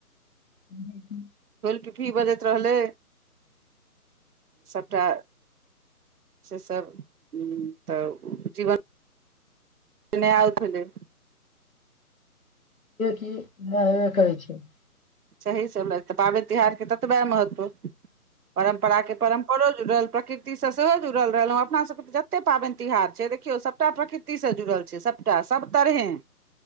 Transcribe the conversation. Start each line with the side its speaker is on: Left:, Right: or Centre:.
Left: क क <inaudible>
Right: टिटही बजैत रहलै सबटा से सब तऽ जीवन सुने आउ ल <inaudible>
Left: की इह हेबे करै छै <unintelligible>
Right: सही सब तऽ पाबैन त्योहारके ततबे महत्व परम्परा के परम्परो जुल प्रकृति से सेहो जुड़ल रहल अपना सब के जते पावनि तिहार छै देखियौ सबटा प्रकृति से जुड़ल छै सबटा सब तरहें